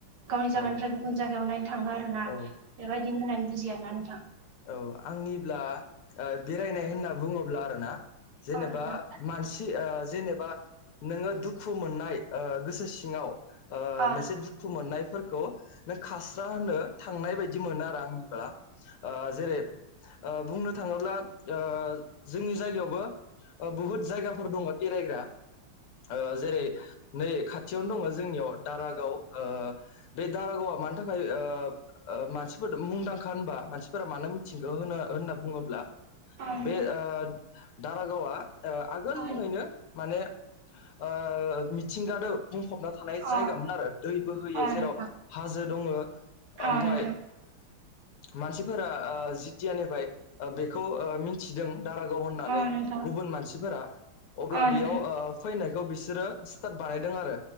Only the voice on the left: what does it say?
औ
औ
औ आंनिब्ला ओ बेरायनाय होनना बुंङोब्ला आरो ना जेनेबा
मानसि ओ जेनेबा नोङो दुखु मोननाय ओ गोसो सिंङाव ओ
मोनसे दुखु मोननायफोरखौ नों खास्रा होनो थांनाय बायदि मोनो आरो आंनि बा ओ‌ जेरै ओ बुंनो थाङोब्ला ओ जोंनि जायगायावबो बुहुद जायगाफोर दंङ बेरायग्रा ओ जेरै नै खाथियावनो दंङ जोंनियाव दारागाव ओ बे दारागावा मानि थाखाय ओ मानसिफोर मुंदांखा होनबा मानसि फोर मानो मिथिंगौ होनो होनना बुङोब्ला
बे ओ दारागावा ओ आगोलनिफ्रायनो
माने ओ मिथिंगादो बुंफबना थानाय
जायगामोन आरो दैबो होयो
जेराव
हाजो दंङ
ओमफाय
मानसि फोरा जिथिया निफ्राय बेखौ ओ मिथिदों दारागाव होननानै
गुबुन मानसिफोरा अब्ला
बेयाव
ओ फैनायखौ बिसोरो स्टार्ट बानायदों आरो